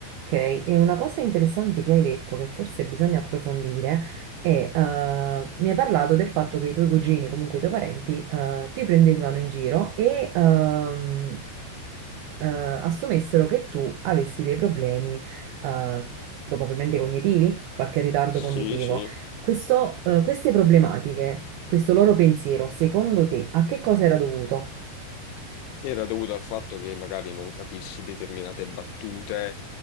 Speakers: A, on the right; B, on the left.
A: Ok, e una cosa interessante che hai detto, che forse bisogna approfondire, è, eh, mi hai parlato del fatto che i tuoi cugini, comunque i tuoi parenti, eh, ti prendevano in giro e, ehm, eh, assumessero che tu avessi dei problemi, eh, probabilmente cognitivi, qualche ritardo
B: Sì,
A: cognitivo.
B: sì.
A: Questo, eh, queste problematiche, questo loro pensiero, secondo te, a che cosa era dovuto?
B: Era dovuto al fatto che magari non capissi determinate battute,